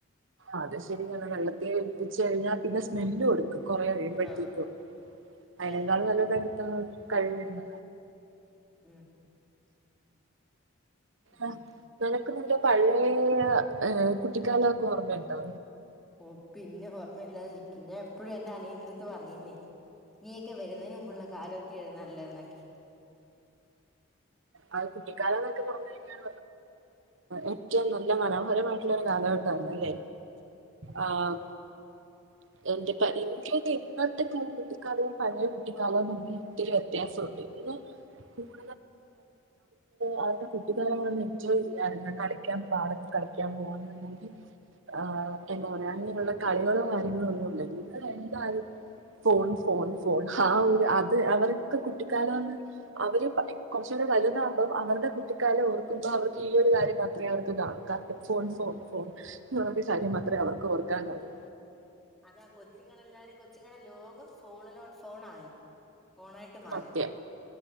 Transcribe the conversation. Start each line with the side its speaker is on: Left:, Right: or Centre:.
Right: അത് ശരിയാണ്‌ വെള്ളത്തിേലേൽപ്പിച്ച കഴിഞ്ഞാൽ പിന്നെ സ്മെല്ലും എടുക്കും കൊറെ ആയി പറ്റിറ്റു
Centre: ആഹ്
Right: അതിനേക്കാൾ
Centre: അതാ
Right: നല്ലത് തരത്ത കഴിവുന്ന
Centre: ഉം ഉം
Right: ആഹ് നിനക്ക് നല്ല പഴയ ഏ കുട്ടിക്കാലൊക്കെ ഓർമ്മയുണ്ടോ
Centre: ഓ പിന്നെ ഓർമ്മയില്ലാതിരിക്കും ഞാൻ എപ്പോഴും എന്റെ അനിയന്റെ അടുത്ത് പറയുന്നേ നീയൊക്കെ വരുന്നതിന് മുമ്പുള്ള കാലക്കെയാരുന്നു നല്ല എന്നൊക്കെ
Right: അത് കുട്ടിക്കാലം ന്നൊക്കെ തോന്നുന്നത് ഏറ്റവും നല്ല മനോഹരമായിട്ടുള്ള ഒരു കാലഘട്ടമായിരുന്നു അല്ലേ ആഹ് <unintelligible> എന്റെ ഇൻക്കയ്ന് ഇപ്പെത്തെ കുട്ടിക്കാലോ പഴയ കുട്ടിക്കാലവും തമ്മ ഒത്തിരി വ്യത്യാസമുണ്ട് ഇന്ന് <unintelligible> അവരുടെ കുട്ടിക്കാലങ്ങളെന്നും എൻജോയ് ചെയ്യാറില്ല കളിക്കാൻ പാട കളിക്കാൻ പോവാണ് ആഹ് എന്താ പറയാ അങ്ങനെയുള്ള കളികളോ കാര്യങ്ങളോ ഒന്നും ഇല്ല ഇവ എന്താല ഫോൺ ഫോൺ ഫോൺ ആഹ് ഒരു അത് അവർക്ക് കുട്ടിക്കാല അവര് കുറച്ചുകൂടി വലുതാകുമ്പോൾ അവരുടെ കുട്ടിക്കാലം ഓർക്കുമ്പോൾ അവർക്ക് ഈ ഒരു കാര്യം മാത്രമേ അവർക്ക് കാണിക്ക ഫോൺ ഫോൺ ഫോൺ ആ ഒരു കാര്യം മാത്രമേ അവർക്ക് ഓർക്കാൻ ഒള്ളൂ
Centre: അതാ കൊച്ചുങ്ങളെല്ലാരും കൊച്ചുങ്ങളുടെ ലോകം ഫോണിലോ ഫോണായി ഫോണായി ട്ട് മാറി
Right: സത്യം